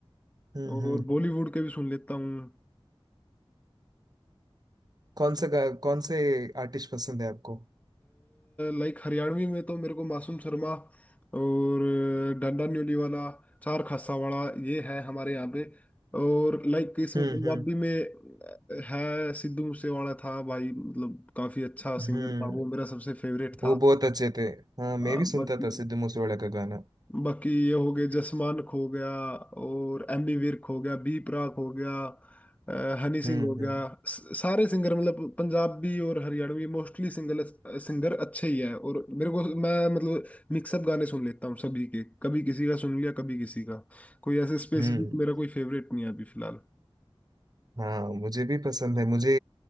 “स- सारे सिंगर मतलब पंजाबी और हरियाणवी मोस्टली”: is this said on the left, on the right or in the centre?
Left